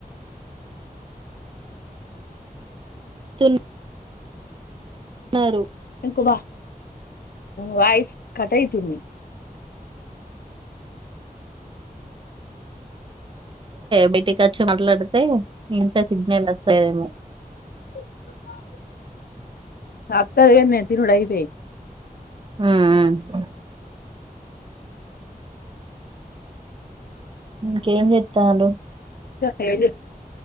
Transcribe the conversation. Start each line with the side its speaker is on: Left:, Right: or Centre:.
Right: థున్ అన్నారు
Left: కుబ వాయిస్ కటాయి త
Right: బయటికి వచ్చి మాట్లాడితే ఇంత సిగ్నల్ వస్తాదేమో
Left: అ తక్ధాధి నెట్టినా ఉడా అయితాయ్
Right: ఉమ్ ఊ ఇంకేం చెప్తాండ్రు
Left: <unintelligible>